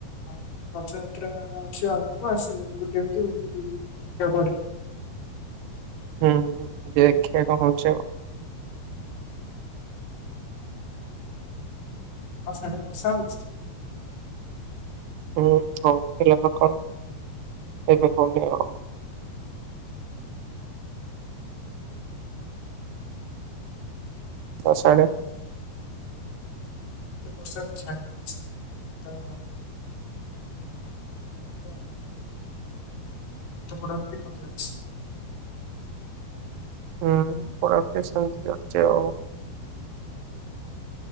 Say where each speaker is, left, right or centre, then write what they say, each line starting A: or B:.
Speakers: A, on the left; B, on the right.
A: ହ। ରଥଯାତ୍ରା ଅଛି ଆଗକୁ ଆସିବ ବୁଲି <inaudible>
B: ହୁଁ ଦେଖିବା କଣ ହଉଚି ଆଉ।
A: ଆଉ ସାଢେ ବର୍ଷା ହଉଛି?
B: ହୁଁ ହଉ ଥିଲା ନା କଣ ଏବେ ହଉନି ଆଉ। ଆଉ ସିଆଡେ।
A: ବର୍ଷା ଛାଡି ଯାଇଛି ତ? କଣ? ମୋଟାମୋଟି <inaudible>
B: ହୁଁ ପଢାପଢ଼ି ଶାନ୍ତି ଚାଲିଛି ଆଉ